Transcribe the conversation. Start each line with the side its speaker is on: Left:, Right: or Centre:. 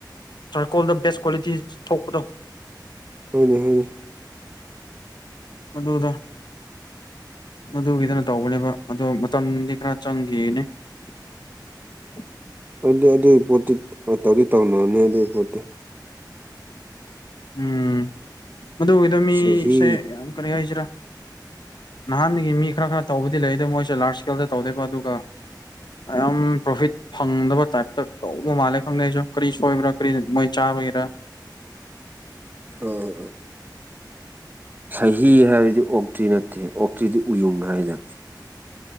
Left: ꯁꯥꯏ ꯀꯣꯜ ꯗ ꯕꯦꯁ ꯀ꯭ꯋꯥꯂꯤꯇꯤ ꯊꯣꯛꯄꯗꯣ
Right: ꯈꯪꯉꯦ ꯈꯪꯉꯦ ꯍꯣꯏꯅꯦ ꯍꯣꯏꯅꯦ
Left: ꯃꯗꯨꯗ ꯃꯗꯨꯒꯤꯗꯅ ꯇꯧꯒꯅꯦꯕ ꯑꯗꯣ ꯃꯇꯝꯗꯤ ꯈꯔ ꯆꯪꯈꯤꯅꯦ <unintelligible> <unintelligible> <unintelligible> <inaudible>
Right: ꯑꯗꯨ ꯑꯗꯨꯒꯤ ꯄꯣꯠꯇꯤ ꯇꯧꯗꯤ ꯇꯧꯅꯔꯅꯤ ꯑꯗꯨꯒꯤ ꯄꯣꯠꯇꯤ
Left: ꯎꯝ ꯃꯗꯨꯒꯤꯗ ꯃꯤꯁꯦ
Right: ꯁꯍꯤ
Left: ꯌꯥꯝ ꯀꯔꯤ ꯍꯥꯏꯁꯤꯔꯥ ꯅꯍꯥꯟꯒꯤ ꯃꯤ ꯈꯔ ꯈꯔ ꯇꯧꯕꯗꯤ ꯂꯩꯗ ꯃꯣꯏꯁꯨꯦ ꯂꯥꯔꯖ ꯏꯁꯀꯦꯜꯗ ꯇꯧꯗꯣꯏꯕ ꯑꯗꯨꯒ ꯌꯥꯝ ꯄ꯭ꯔꯣꯐꯤꯠ ꯐꯪꯗꯕ ꯇꯥꯏꯞꯇ ꯇꯧꯕ ꯃꯥꯜꯂꯦ ꯈꯪꯗꯦꯁꯨ ꯀꯔꯤ ꯁꯣꯏꯕ꯭ꯔꯥ ꯀꯔꯤ ꯃꯣꯏ ꯆꯥ ꯑꯣꯏꯒꯦꯔ
Right: ꯑ ꯁꯍꯤ ꯍꯥꯏꯕꯗꯤ ꯑꯣꯛꯇ꯭ꯔꯤ ꯅꯠꯇꯦ ꯑꯣꯛꯇ꯭ꯔꯤꯗꯤ ꯎꯌꯨꯡ ꯍꯥꯏꯗꯅ